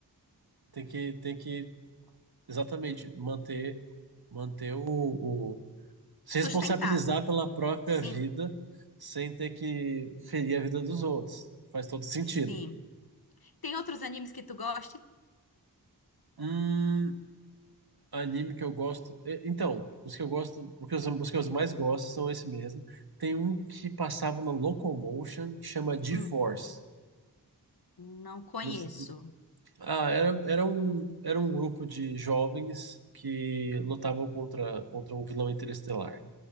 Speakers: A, on the right; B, on the left.
A: tem que tem que exatamente manter manter o, o- se
B: <laughs> Sustentar.
A: responsabilizar pela própria
B: Sim,
A: vida sem ter que ferir a vida dos outros. Faz todo sentido.
B: sim. Tem outros animes que tu goste?
A: Hum, Anime que eu gosto. e- Então, os que eu gosto, os que eu, os que eu mais gosto são esse mesmo. Tem um que passava na Locomotion que chama G-Force.
B: Hum, não conheço.
A: Não s- Ah, era, era um, era um grupo de jovens que lutavam contra, contra um vilão interestelar.